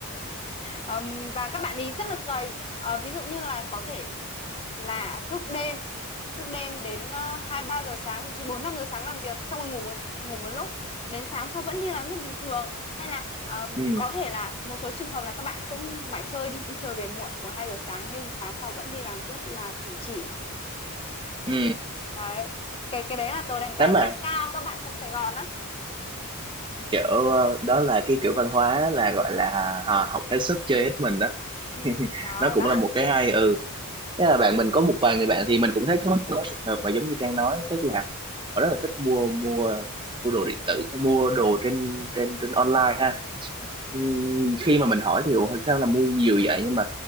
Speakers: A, on the left; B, on the right.
A: Ờm, và các bạn ấy rất là cày Ờ, ví dụ như là có thể là thức đêm thức đêm đến ờ, hai ba giờ sáng thậm chí bốn năm giờ sáng làm việc xong rồi ngủ ngủ một lúc đến sáng sau vẫn đi làm rất bình thường hay là ờm,
B: ừ,
A: có thể là một số trường hợp là các bạn cũng mải chơi đi đi chơi về muộn một hai giờ sáng nhưng sáng sau vẫn đi làm rất là chuẩn chỉ
B: ừ.
A: đấy cái cái đấy là tớ đánh
B: thế
A: giá
B: mà
A: rất là cao các bạn trong Sài Gòn á ừ.
B: kiểu ờ, đó là cái kiểu văn hóa là gọi là à, học hết sức chơi hết mình đó
A: ừ,
B: <laughs>
A: đó
B: nó cũng
A: đó
B: là một cái hay ừ thế là bạn mình có một vài người bạn thì mình cũng thấy có có trường hợp mà giống như Trang nói tức là họ rất là thích mua mua mua đồ điện tử mua đồ trên trên trên online ha
A: ừ
B: Ừm, khi mà mình hỏi thì "Ủa, sao là mua nhiều vậy nhưng mà